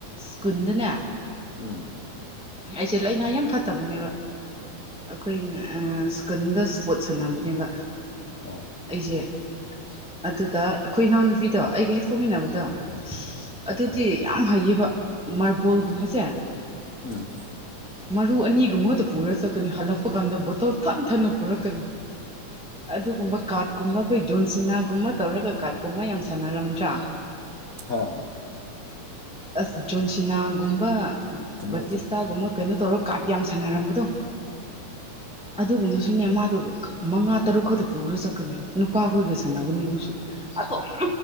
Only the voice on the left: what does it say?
ꯎꯝ
ꯑꯥ
ꯎꯝ ꯎꯝ
ꯍꯥ ꯍ
ꯆꯨꯝꯃꯦꯠ